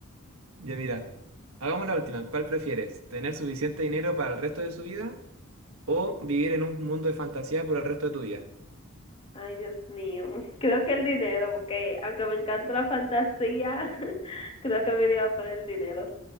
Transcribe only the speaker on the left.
Ay, Dios mío. <laughs> Creo que el dinero, porque aunque me encanta la fantasía, <laughs> creo que me iría por el dinero.